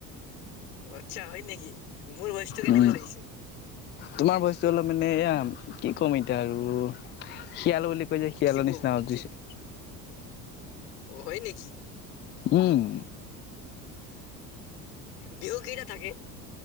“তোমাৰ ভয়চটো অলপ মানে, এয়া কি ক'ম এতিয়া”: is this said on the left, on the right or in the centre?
Left